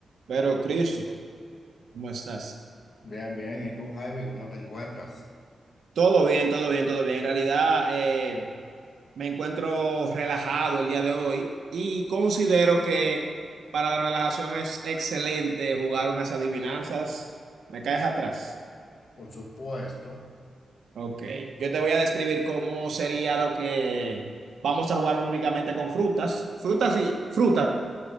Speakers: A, on the right; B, on the left.
A: Pero, Christopher, ¿cómo estás?
B: Bien, bien. ¿Y tú, Javi, cómo te encuentras?
A: Todo bien, todo bien, todo bien. En realidad, eh, me encuentro relajado el día de hoy y considero que para la relajación es excelente jugar unas adivinanzas. ¿Me caes atrás?
B: Por supuesto.
A: Ok. Yo te voy a describir cómo sería lo que vamos a jugar únicamente con frutas. Frutas y frutas